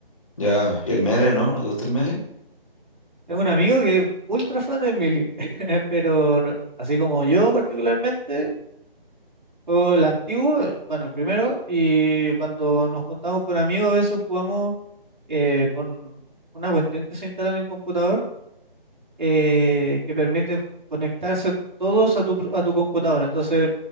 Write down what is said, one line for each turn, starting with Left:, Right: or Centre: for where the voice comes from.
Left: Ya, ¿y el Melee, no? ¿No te gusta el Melee?
Right: Tengo un amigo que es ultra fan del Mili, <laughs> pero no- así como yo particularmente, juego el antiguo, el- bueno, el primero, y cuando nos juntamos con amigos a veces jugamos eh, con una cuestión que se instala en el computador eh, que permite ju- conectarse todos a tu, pro- a tu computador. Entonces,